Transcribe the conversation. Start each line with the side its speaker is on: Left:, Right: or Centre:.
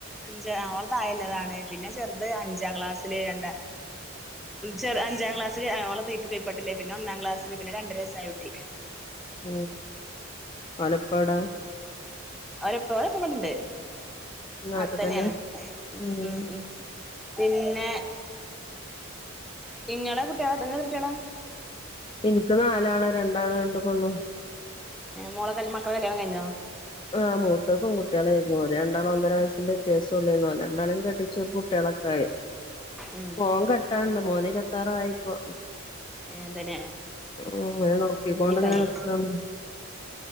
Centre: ച് അവളതായല്ലതാണ് പിന്നെ ചെറുത് അഞ്ചാം ക്ലാസ്സില് രണ്ട ചെറ അഞ്ചാം ക്ലാസ്സില് ഓളെ കീപ്പട്ളേ പിന്നെ ഒന്നാം ക്ലാസ്സിൽ പിന്നെ രണ്ടുരയസയ കുട്ടി
Left: ഉം ആല ഇപ്പാടാ
Centre: അവരെപ്പ പ്പ ഇവടെണ്ട്
Left: നാട്ടിൽ
Centre: നാട്ടുതന്നെയാണ്
Left: തന്നെ
Centre: ഉ
Left: ഉം
Centre: ഉ ഉ പിന്നെ ഇങ്ങളെ കുട്ടികള <unintelligible> കുട്ടികളാ
Left: എനിക്ക് നാലാള് രണ്ടാണും രണ്ടും പണ്ണും
Centre: മോളെ മക്കളെ കല്യാണം കഴിഞ്ഞോ?
Left: ആ മൂത്ത് പൺകുട്ടികളായിരുന്നു രണ്ടാളും ഒന്നര വയസ്സിന്റെ വത്യാസം ഉള്ളേന്ന് <unintelligible> രണ്ടളും കെട്ടിച്ചു കുട്ടികളൊക്കെ ആയി
Centre: ഉം
Left: മോൻ കെട്ടാണ്ട് മോന് ഇര റ്റാറായി പോ
Centre: അതന്നെ
Left: <unintelligible> നോക്കിക്കൊണ്ട്
Centre: നീ
Left: ഇങ്ങനെ
Centre: കാര്യം
Left: നികണ്